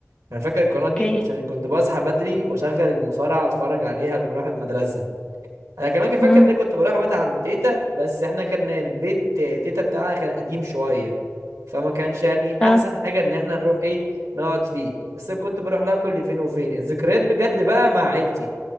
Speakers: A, on the right; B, on the left.
A: انا فاكر القناه دي
B: اوكي
A: عشان كنت بصحى بدري واشغل المصارعه اتفرج عليها قبل ما اروح المدرسه انا كمان كان فاكر
B: امم
A: ان انا كنت بروح ابات عند تيتا بس احنا كان البيت تيتا بتاعنا كان قديم شويه فما كانش يعني احسن
B: اه
A: حاجه ان احنا نروح ايه نقعد فيه بس كنت بروح لها كل فين وفين الذكريات بجد بقى مع عيلتي